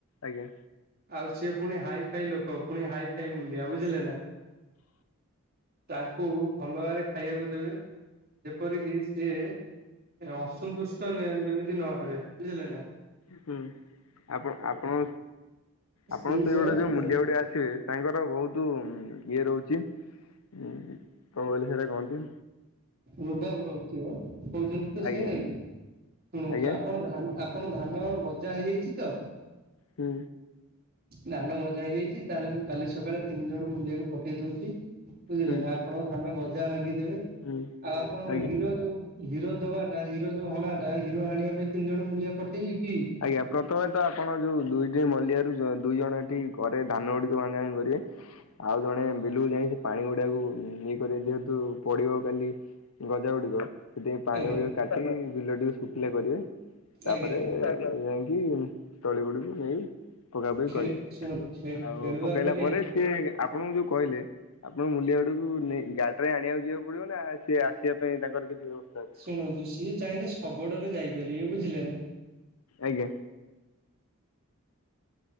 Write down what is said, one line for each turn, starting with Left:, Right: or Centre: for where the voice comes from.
Left: ଆଜ୍ଞା।
Right: ଆଉ ସିଏ ପୁଣି ହାଇ ଫାଇ ଲୋକ ପୁଣି ହାଇ ଫାଇ ମୁଲିଆ ବୁଝିଲେନା। ତାଙ୍କୁ ଭଲ ଭାବରେ ଖାଇବାକୁ ଦେବେ ଯେପରିକି ସିଏ ଅସନ୍ତୁଷ୍ଟ ଯେମିତି ନହବେ ବୁଝିଲେନା।
Left: ହୁଁ ଆପଣ ଆପଣ
Right: ସେଇ
Left: ଆପଣ
Right: ହିସାବରେ
Left: ସେଇଗୁଡ଼ା ଯୋଉ ମୂଲିଆ ଗୁଡ଼ା ଆସିବେ ତାଙ୍କର ବହୁତୁ ଇଏ ରହୁଚି କଣ କହିଲେ ସେଇଟା କୁହନ୍ତି।
Right: ରୁବାବ ରହୁଥିବ କହୁଚନ୍ତିତ ସେଇ
Left: ଆଜ୍ଞା
Right: ନାଇଁକି ଶୁଣନ୍ତୁ
Left: ଆଜ୍ଞା
Right: ଆପଣ ଧାନ ଆପ ଆପଣ ଧାନ ଗଜା ହେଇଯାଇଚିତ?
Left: ହୁଁ।
Right: ଧାନ ବଜା ହେଇଯାଇଚି ତାହେଲେ ମୁଁ କାଲି ସକାଳେ ତିନି ଜଣ ମୁଲିଆକୁ ପଠେଇ ଦଉଚି ବୁଝିଲେନା
Left: ହୁଁ
Right: ଆପଣ ଧାନ ଗଜା ଭାଙ୍ଗିଦେବେ
Left: ହୁଁ
Right: ଆଉ ଆପଣଙ୍କ
Left: ଆଜ୍ଞା।
Right: ହୀର ଯୋଉ ହିରୋ ଦବାଟା ହିରୋ ଯୋଉ ହଣାଟା ହିରୋ ହାଣିବା ପାଇଁ ତିନି ଜଣ ମୂଲିଆ ପଠେଇବିକି?
Left: ଆଜ୍ଞା ପ୍ରଥମେତ ଆପଣ ଯୋଉ ଦୁଇଟି ମଲିଆରୁ ଦୁଇ ଜଣ ଏଠି ଘରେ ଧାନ ଗୁଡ଼ିକ ଭାଙ୍ଗା ଭାଙ୍ଗି କରିବେ ଆଉ ଜଣେ ବିଲୁ ଯାଇକି ପାଣି ଗୁଡ଼ାକୁ ଇଏ କରି ଯେହେତୁ ପଡ଼ିବ କାଲି ଗଜ ଗୁଡିକ ସେଥିଇଁ ପାଣି
Right: ଆଜ୍ଞା
Left: କାଟି ବିଲ ଟକେ ଶୁଖିଲା କରିବେ ତାପରେ
Right: ଆଜ୍ଞା
Left: ଆ ଯଏମିତି ତଳି ଗୁଡିକୁ ନେଇ ପକା ପକି
Right: ଖେ
Left: କରିବି
Right: ଶୁଣନ୍ତୁ ଖେ
Left: ଆଉ
Right: ଖେଳୁଆ
Left: ପକେଇଲା
Right: କରିବାକୁ
Left: ପରେ ସିଏ ଆପଣଙ୍କୁ ଯୋଉ କହିଲେ? ଆପଣ ମୁଲିଆ ଗୁଡକୁ ନେଇ ଗାଡିରେ ଆଣିବାକୁ ଯିବାକୁ ପଡିବ ନା ସେି ଆସିବା ପାଇଁ ତାଙ୍କର କିଛି ବ୍ୟବସ୍ଥା ଅଛି।
Right: ଶୁଣନ୍ତୁ ସିଏ ଚାହିଁଲେ ଶଗଡ ରେ ଯାଇପାରିବେ ବୁଝିଲେ ନା?
Left: ଆଜ୍ଞା।